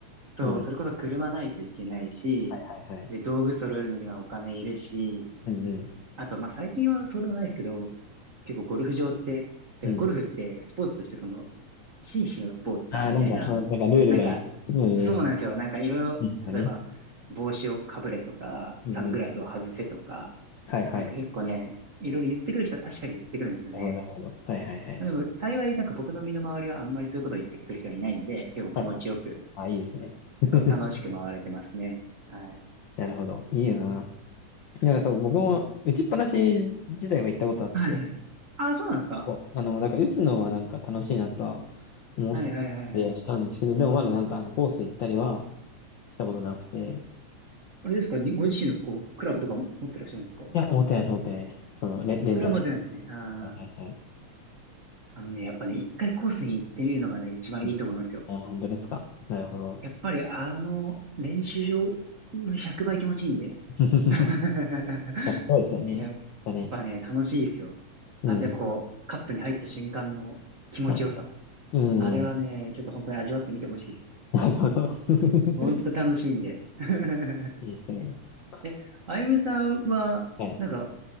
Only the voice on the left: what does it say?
うん。
はいはいはい。
うんうん。
うん。
ああ、
なんか、その、なんかルールがみたいな、
うんうん。
うんだね。
うんうん。
はいはい。
なるほど、なるほど。はいはいはい。
はいあ、いいですね。<laughs>
なるほど。いいな。なんかそう、僕も打ちっぱなし自体は行ったことあって、
そうあの、だから打つのはなんか楽しいなとは思ったりはしたんですけど、
でもまだなんかあのコース行ったりはしたことなくて、
いや、思ってないです、思ってないです。そのレ、レンタル。
はいはいはい。
うんあ本当ですか。なるほど。
<laughs>
あそうですよね。
だね。
うん。
はい。うん。
<laughs> なるほど。<laughs>
いいですね。そっか。
はい。